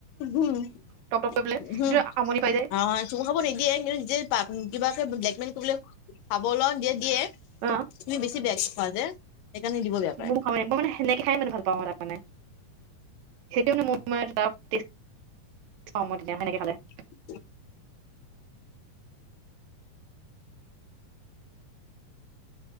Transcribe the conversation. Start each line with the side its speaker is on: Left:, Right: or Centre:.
Left: হম
Right: টপ টপ কৰি পেলাই
Left: <unintelligible> হম
Right: সেইটো আমনি পাই যায়
Left: অ চুম খাব নিদিয়ে কিন্তু নি কিবাকে <unintelligible> মানে কি বোলে খাব লা দিয়ে দিয়ে
Right: অ
Left: তুমি বেছি বেয়া খোৱা যে সেইকাৰণে দিব বেয়া পায়
Right: ময়ো খাৱে মই মানে সেনেকে খাই মানে ভাল পাওঁ তাত মানে <unintelligible> সেইটো মোৰ মই তেতিয়া সেনেকে খালে <unintelligible>
Left: <unintelligible>